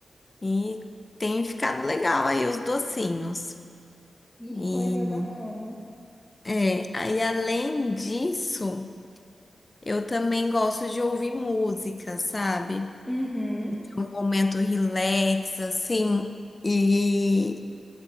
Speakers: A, on the left; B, in the centre.
A: e tem ficado legal aí os docinhos.
B: Que
A: E,
B: coisa bacana.
A: é, aí além disso, eu também gosto de ouvir música, sabe?
B: Uhum.
A: Ter Um momento relax, assim, e